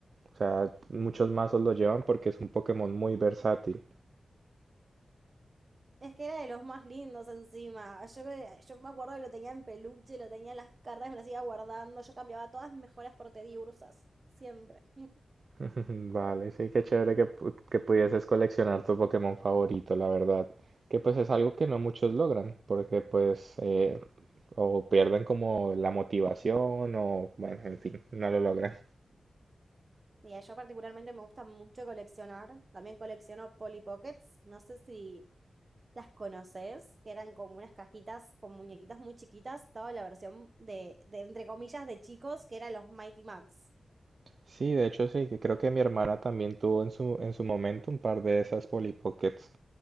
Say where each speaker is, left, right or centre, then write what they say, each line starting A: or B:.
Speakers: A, on the right (about 60°); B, on the right (about 40°).
A: O sea, muchos mazos lo llevan porque es un Pokémon muy versátil.
B: Es que era de los más lindos encima. Yo, me- yo me acuerdo que lo tenía en peluche, lo tenía en las cartas, me las iba guardando. Yo cambiaba todas mis mejoras por Tediursas, siempre. <laughs>
A: <laughs> Vale, sí, qué chévere que, pu- que pudieses coleccionar tu Pokémon favorito, la verdad. Que pues es algo que no muchos logran, porque pues eh, o pierden como la motivación o, bueno, en fin, no lo logran.
B: Sí, yo particularmente me gusta mucho coleccionar. También colecciono Polly Pockets. No sé si las conoces, que eran como unas cajitas con muñequitas muy chiquitas. Estaba la versión de, de, entre comillas, de chicos, que eran los Mighty Max.
A: Sí, de hecho sí, que creo que mi hermana también tuvo en su, en su momento un par de esas Polly Pockets.